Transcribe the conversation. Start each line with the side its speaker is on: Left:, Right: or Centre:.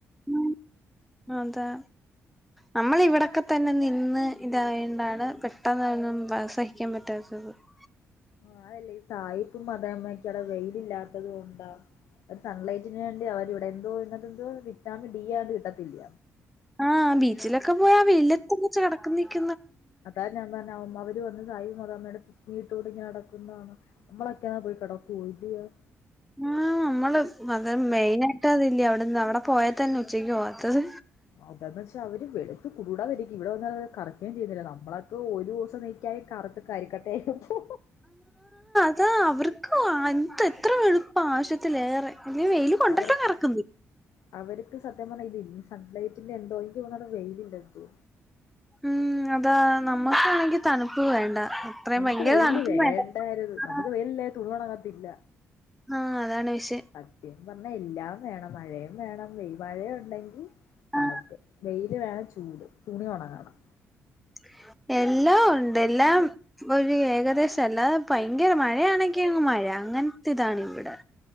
Centre: ഉം അതെ നമ്മളിവടൊക്കെ തന്നെ നിന്ന് തായോണ്ടാണ് പെട്ടെന്ന്ന്നും പ സഹിക്കാൻ പറ്റാത്തത് <inaudible>
Left: ആ അതല്ലേ ഈ സായിപ്പും മതമ്മോക്കെ അവ്ടെ വെയിലില്ലാത്തത് കൊണ്ടാ ഒരു സൺലൈറ്റിന് വേണ്ടി അവരിവ്ടെ യെന്തോ പിന്നെതെന്തുവാ വിറ്റാമിൻ ഡിയണ്ട് കിട്ടത്തില്ല
Centre: ആ ബീച്ചിലൊക്കെ പോയി ആ വെയ്ലത്ത് ച്ച് കടക്ക്ന്നെക്കെ
Left: അതാ ഞാൻ പർ ന്ന വര് വന്ന് സായി മതാമ്മേടെ <unintelligible> ക്കൂടിങ്ങനെ നടക്ക്ന്നകാണാ മ്മളൊക്കെയാ പോയി കെടക്കൂ <unintelligible>
Centre: ആ നമ്മള് അത് മെയിനായിട്ട് അതില്ല്യാേ അവിടെന്ന് അവിടെ പോയാ തന്നെ ഉച്ചക്കോവാത്തത്
Left: അതന്ന്ച്ചാ അവര് വെളുത്ത് കൂട് കുടാന്നിരിക്കും ഇവിടെ വന്നാല് അവര് കറക്കേം ചെയ്യ്ന്നില്ല നമ്മളൊക്കൊരൂസം നിക്ക കറത്ത് കരിക്കട്ട ആയീ പൂ
Centre: ആ അവർക്ക് ആ എന്തെത്ര വെളുപ്പാവശ്യത്തിലേറെ ഞ്ഞ് വെയില് കൊണ്ട്ട്ടും
Left: അവർക്ക്
Centre: കറക്ക്ന്ന്
Left: അവർക്ക് സത്യം പറഞ്ഞാൽ ഇതി സൺലൈറ്റിന്റെന്തോ എൻക് തോന്ന്ണ് വെയില്ണ്ട് ന്തോ
Centre: ഉം അതാ നമ്മക്കാണെങ്കി തണുപ്പ് വേണ്ട അത്രയും
Left: നമുക്ക്
Centre: ഭയങ്കര
Left: വെയില്
Centre: തണുപ്പും
Left: വേണ്ടായ്ര്ന്നു
Centre: വേണ്ട
Left: നമുക്ക്
Centre: ആഹ്
Left: വെയില് ല്ലേ തുണിയൊണങ്ങത്തില്ല
Centre: ആഹ് അതാണ് വിഷയം
Left: സത്യം പറഞ്ഞ എല്ലാം വേണം മഴയും വേണം വെയി മഴയുണ്ടെങ്കി തണുപ്പ്
Centre: ആ
Left: വെയില് വേണം ചൂട് തുണി ഒണങ്ങണം
Centre: <inaudible> എല്ലാം ഒണ്ട് എല്ലാം ഒരു ഏകദേശം അല്ലാതെ ഭയങ്കര മഴയാണെങ്ങി അങ്ങ് മഴ അങ്ങൻത്തിതാണിവിടെ